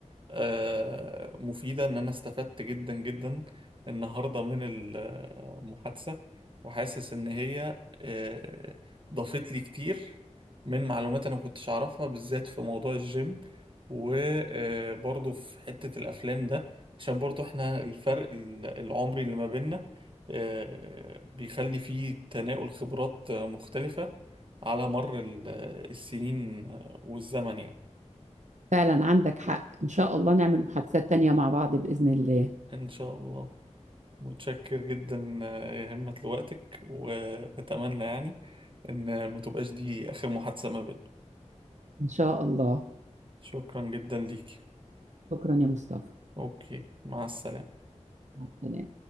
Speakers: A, on the right; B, on the right.
A: آه، مفيدة إن أنا استفدت جدا جدا النهاردة من المحادثة وحاسس إن هي آه، ضافت لي كتير من معلومات أنا كنتش أعرفها بالذات في موضوع الجيم وبرضه في حتة الأفلام ده عشان برضه إحنا الفرق ال- العمري اللي ما بيننا آه، بيخلي فيه تناول خبرات آه، مختلفة على مر ال- السنين والزمن يعني
B: فعلا عندك حق إن شاء الله نعمل محادثات تانية مع بعض بإذن الله
A: إن شاء الله متشكر جدا آه، يا همة لوقتك وأتمنى يعني إن ما تبقاش دي آخر محادثة ما بيننا
B: إن شاء الله
A: شكرا جدا ليكي
B: شكرا يا مصطفى
A: أوكي مع السلامة
B: مع السلامة